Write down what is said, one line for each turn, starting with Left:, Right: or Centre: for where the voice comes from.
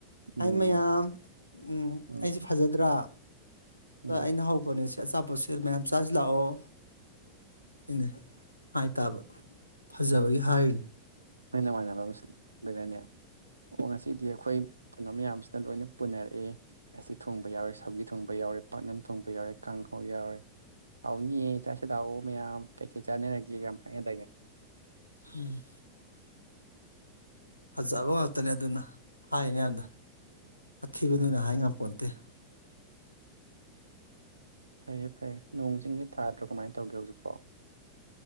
Right: ꯎꯝ
Left: ꯍꯥꯏ ꯃꯌꯥꯝ ꯎ
Right: ꯎꯝ
Left: ꯑꯩꯁꯦ ꯐꯖꯗ꯭ꯔꯥ
Right: ꯎꯝ
Left: ꯑꯩꯅ ꯍꯕꯅꯤ ꯑꯆꯥꯄꯣꯠꯁꯤ ꯃꯌꯥꯝ ꯆꯥꯁꯤꯂꯥꯛꯑꯣ ꯁꯤꯅꯦ ꯍꯥꯏꯇꯥꯕ ꯐꯖꯕꯒꯤ ꯍꯥꯏꯔꯤꯅꯤ
Right: ꯃ ꯃꯥꯂ ꯂꯩ ꯑꯣ ꯉꯁꯤꯗꯤ ꯑꯩꯈꯣꯏ ꯀꯩꯅꯣ ꯃꯌꯥꯝꯁꯤꯅ ꯂꯣꯏꯅ ꯄꯨꯅꯔꯛꯑꯦ ꯑꯁꯤ ꯊꯣꯡꯕ ꯌꯥꯎꯔꯦ ꯁꯥꯎꯒꯤ ꯊꯣꯡꯕ ꯌꯥꯎꯔꯦ ꯄꯥꯛꯅꯝ ꯊꯣꯡꯕ ꯌꯥꯎꯔꯦ ꯀꯥꯡꯍꯧ ꯌꯥꯎꯔꯦ ꯍꯥꯎꯅꯤꯌꯦ ꯆꯥꯁꯤꯦꯗꯥꯥꯛꯑꯣ ꯃꯌꯥꯝ ꯀꯩꯀꯩꯠ ꯆꯥꯅꯔꯒꯦ ꯀ ꯍꯥꯏꯅꯗꯅꯦ
Left: ꯎꯝ ꯐꯖꯕ ꯉꯥꯛꯇꯅꯦ ꯑꯗꯨꯅ ꯍꯥꯏꯉꯗꯣ ꯑꯀꯤꯕꯅꯤꯅ
Right: ꯎꯝ
Left: ꯍꯥꯏ ꯉꯥꯏꯥꯛ ꯄꯣꯟꯇꯦ
Right: ꯐꯩꯌꯦ ꯐꯩꯌꯦ ꯅꯣꯡ ꯆꯤꯡꯒꯤ ꯊꯥꯗ꯭ꯔꯣ ꯀꯃꯥꯏꯅ ꯇꯧꯒꯦ ꯍꯧꯖꯤꯛꯐꯣ